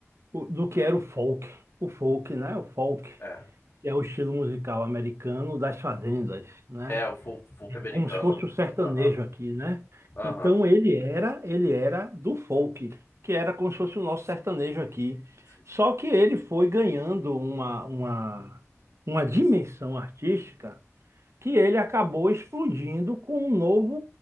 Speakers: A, on the right; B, on the left.
A: o- do que era o folk, o folk, né? O folk,
B: É.
A: que é o estilo musical americano das fazendas, né?
B: É, o fol- folk americano.
A: como se fosse o sertanejo
B: Aham,
A: aqui, né?
B: aham.
A: Então ele era, ele era do folk, que era como se fosse o nosso sertanejo aqui.
B: Sim,
A: Só que ele foi ganhando uma, uma, uma dimensão artística que ele acabou explodindo com um novo,